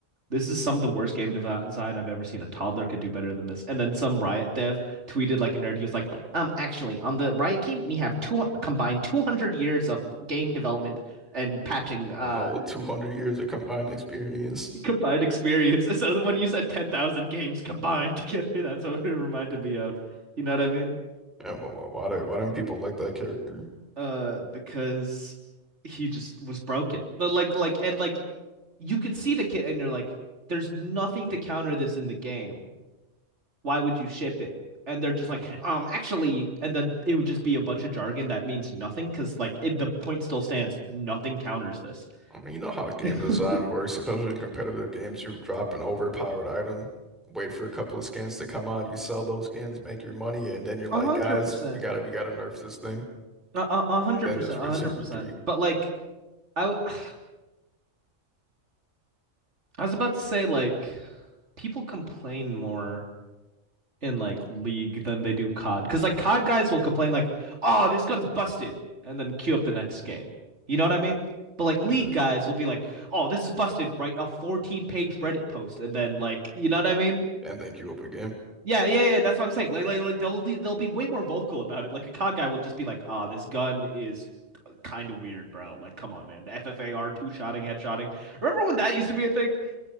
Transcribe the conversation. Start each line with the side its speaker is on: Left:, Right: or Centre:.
Right: this is some of the worst game devi- design I've ever seen. A toddler could do better than this. And then some Riot dev tweeted like a nerd. He was like, um, actually, on the Riot team, we have two combined 200 years of game development and patching uh
Centre: Oh no, 200 years of combined experience.
Right: combined experience. <laughs> So when you said 10,000 games combined <laughs> together, that's what it reminded me of. You know what I mean?
Centre: And why, why, why do, why don't people like that character?
Right: uh because he just was broken. But like like and like you could see the kid and you're like there's nothing to counter this in the game. Why would you ship it? And they're just like um actually and then it would just be a bunch of jargon that means nothing cuz like it, the point still stands nothing counters this.
Centre: I mean, you know how game
Right: <laughs>
Centre: design works, especially in competitive games. You drop an overpowered item, wait for a couple of skins to come out, you sell those skins, make your money, and then you're like,
Right: A 100%.
Centre: guys, we gotta we gotta nerf this thing.
Right: A hundred
Centre: And then
Right: percent,
Centre: just
Right: a
Centre: rinse
Right: hundred
Centre: and
Right: percent.
Centre: repeat,
Right: But like I, w- <sighs> I was about to say like people complain more in like League than they do COD. Because like COD guys will complain like, "Oh, this gun's busted," and then queue up the next game. You know what I mean? But like League
Centre: uh,
Right: guys will be like, "Oh, this is busted." Write a 14-page Reddit post, and then like, you know what I mean?
Centre: and then queue up again.
Right: Yeah, yeah, yeah. That's what I'm saying. Like, like, like they'll be, they'll be way more vocal about it. Like a COD guy will just be like, "Ah, this gun is kind of weird, bro. Like, come on, man. The FFAR two-shotting, headshotting. Remember when that used to be a thing?